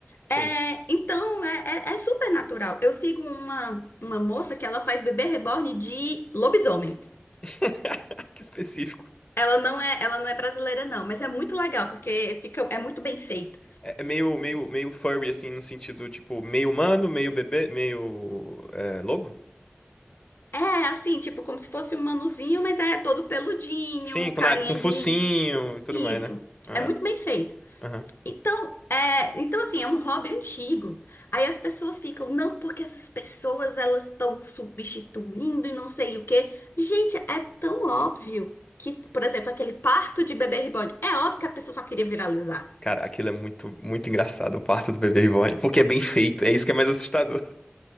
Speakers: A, on the left; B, on the left.
A: É,
B: Sim.
A: então é, é, é super natural. Eu sigo uma, uma moça que ela faz bebê reborn de lobisomem.
B: <laughs> Que específico.
A: Ela não é, ela não é brasileira, não, mas é muito legal, porque fica, é muito bem feito.
B: É é meio, meio, meio furry, assim, no sentido, tipo, meio humano, meio bebê, meio é, lobo?
A: É assim, tipo, como se fosse um manuzinho, mas é todo peludinho,
B: Sim, com,
A: carinha
B: nariz, com focinho
A: de.
B: e tudo
A: Isso.
B: mais, né? Ah,
A: É muito bem feito.
B: aham.
A: Então, é, então assim, é um hobby antigo. Aí as pessoas ficam, não, porque essas pessoas elas estão substituindo e não sei o quê. Gente, é tão óbvio que, por exemplo, aquele parto de bebê reborn, é óbvio que a pessoa só queria viralizar.
B: Cara, aquilo é muito, muito engraçado, o parto do bebê reborn, porque é bem feito, é isso que é mais assustador.